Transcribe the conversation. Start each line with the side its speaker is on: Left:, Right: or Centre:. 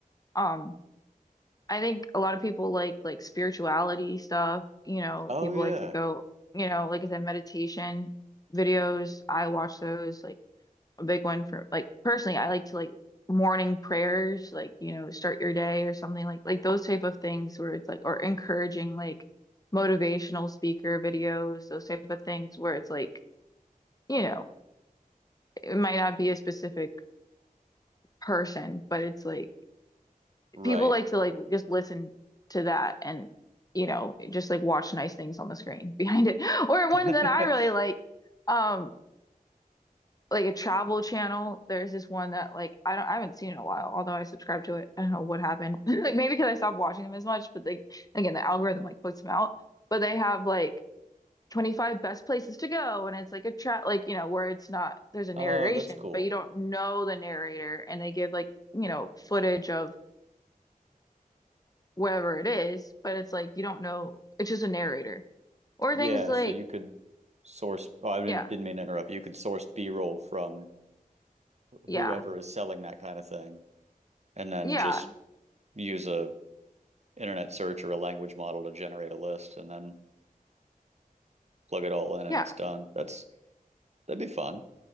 Left: um I think a lot of people like like spirituality stuff, you know,
Right: Oh
Left: people
Right: yeah.
Left: like to go, you know, like I said, meditation videos. I watch those like a big one for like personally, I like to like morning prayers, like, you know, start your day or something like like those type of things where it's like or encouraging like motivational speaker videos, those type of things where it's like, you know, it might not be a specific person, but it's like
Right: Right.
Left: people like to like just listen to that and you know just like watch nice things on the screen behind it. <laughs> Or
Right: <laughs>
Left: one that I really like, um, like a travel channel. There's this one that like I don't I haven't seen in a while, although I subscribe to it. I don't know what happened. <laughs> Like maybe because I stopped watching them as much, but they again the algorithm like puts them out. But they have like 25 best places to go and it's like a trap like you know where it's not there's a
Right: Oh,
Left: narration
Right: that's cool.
Left: but you don't know the narrator and they give like you know footage of wherever it is, but it's like you don't know. It's just a narrator or
Right: Yeah,
Left: things like
Right: so you could source. Oh, I didn't,
Left: yeah,
Right: didn't mean to interrupt. You could source B-roll from
Left: yeah,
Right: whoever is selling that kind of thing, and then
Left: yeah,
Right: just use a internet search or a language model to generate a list, and then plug it all in, and
Left: yeah,
Right: it's done. That's that'd be fun.